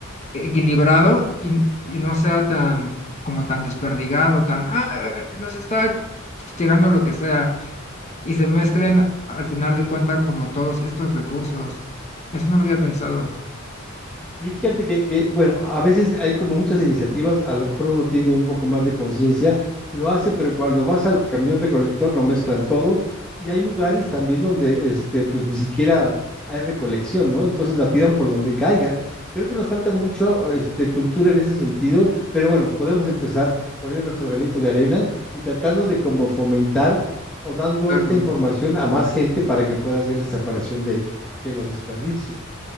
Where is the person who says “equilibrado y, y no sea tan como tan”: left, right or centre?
Left